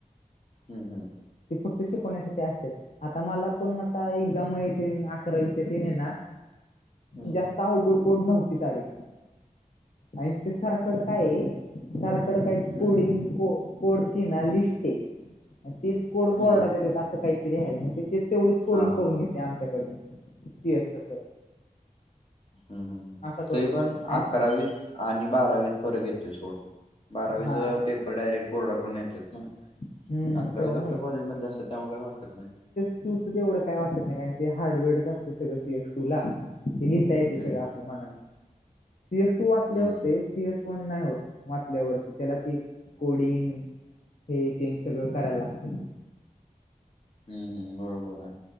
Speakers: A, on the left; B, on the left.
A: हम् हम्.
B: ते फक्त शिकवण्यासाठी असते. आता मला पण आता एक्झाम येत अकरावीच्या तेने ना.
A: हम्म
B: जास्त अवघड कोड नव्हती तारीे, आणि ते सराकडच आहे. सराकड काही
A: हम्म
B: कोडिंग कोडची ना लिस्ट आहे तीच कोड बोर्डात
A: हम्म
B: येतेत असं काहीतरी आहे म्हणजे ते तेवढीच कोडिंग
A: हा हा
B: करून
A: हा
B: घेते आमच्याकडनं. येत.
A: हम् हम्
B: करतोय
A: तरी पण
B: आणि
A: अकरावीत आणि बारावीत फरक येतो सोड. बारावीचा
B: हा
A: पेपर डायरेक्ट बोर्डाकडून येतात ना.
B: हम्म
A: अकरावीस
B: तेवढं आहे
A: आपल्या कॉलेज मधले असतात त्यामुळे काही वाटत नाही.
B: तूच तेवढं काय वाटत नाही कारण ते हार्डवेअरच असते सगळं सी एफ टू ला ते लिहिता येते
A: हम्म
B: सगळ. च्या मानानं, सीएस टू वाचले
A: हम्म
B: होते.
A: हम्म
B: सीएस वन नाही होत, वाचल्यावरती. त्याला ते कोडिंग हे, तेन सगळं करायला लागते.
A: हम् हम्म, बरोबर आहे.